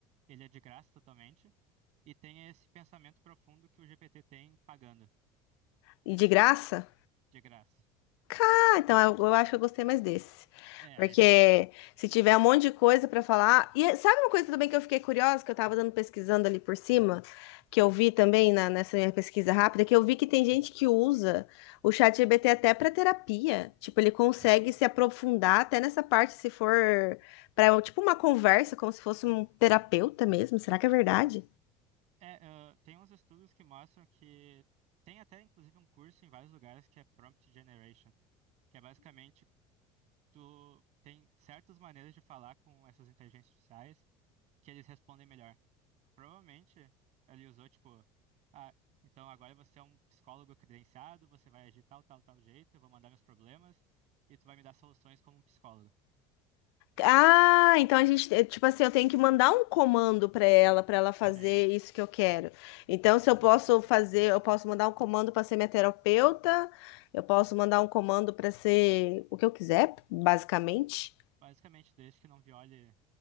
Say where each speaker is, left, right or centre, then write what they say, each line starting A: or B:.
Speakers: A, on the right; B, on the left.
A: ele é de graça totalmente. e tenha esse pensamento profundo que o GPT tem pagando,
B: E de graça?
A: de graça.
B: Cá, então eu, eu acho que eu gostei mais desse.
A: É,
B: Porque
A: esse é,
B: se tiver um monte de coisa pra falar. E sabe uma coisa também que eu fiquei curiosa, que eu tava dando pesquisando ali por cima, que
A: diga.
B: eu vi também na- nessa minha pesquisa rápida, que eu vi que tem gente que usa o chat GPT até pra terapia. Tipo, ele consegue
A: Sim.
B: se aprofundar até nessa parte, se for para tipo uma conversa, como se fosse um terapeuta mesmo. Será que é verdade?
A: É, ah, tem uns estudos que mostram que tem até inclusive um curso em vários lugares que é prompt generation, que é basicamente tu tem certas maneiras de falar com essas inteligências artificiais que eles respondem melhor. Provavelmente ele usou tipo, ah, então agora você é um psicólogo credenciado, você vai agir tal, tal, tal jeito, eu vou mandar meus problemas e tu vai me dar soluções como um psicólogo.
B: Ah, então a gente, é, tipo assim, eu tenho que mandar um comando para ela, para ela fazer
A: Sim.
B: isso que eu quero. Então, se eu posso fazer, eu posso mandar um comando para ser minha terapeuta, eu posso mandar um comando para ser o que eu quiser, basicamente,
A: Basicamente, desde que não viole